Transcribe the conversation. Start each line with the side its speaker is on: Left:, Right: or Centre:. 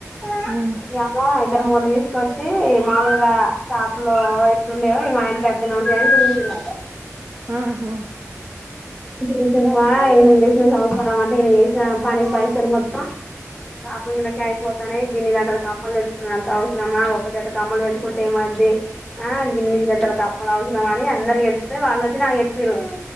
Centre: ఆ
Right: మ్మ్
Centre: ఏదో ఐదరు ముగురు వయసు తీసుకొచ్చి మామూలుగా షాప్ లో ఎట్లున్నాయో ఈ మా ఇంట్లో ఎట్లనే ఉంటాయని చూపించిందట
Right: ఆ హా
Centre: చూసవా ఈయన చేసిన సంవస్సారం అంటే ఈయన చేసిన పని పైసలు మొత్తం బ కకే అయిపోతానే గిన్ని దాగలకు అమ్మలు వచ్చ ఇప్పుడుంత అవసరమా ఒక చేత కమ్మలు పెట్టుకుంటే ఏమది ఆ గిన్ని చేతల కమ్మలు అవసరమా అని అందరు చెప్తే వాళ్ళుొచ్చి నాకు చెప్పిరూ